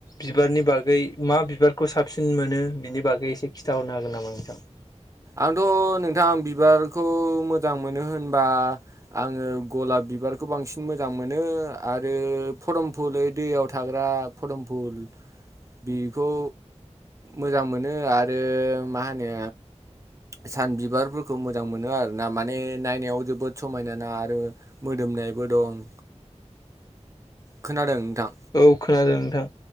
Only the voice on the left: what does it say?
बिबारनि बागै मा बिबारखौ साबसिन मोनो बिनि बागै एसे खिथाहरनो हागोन नामा नोंथां?
औ खोनादों नोंथां।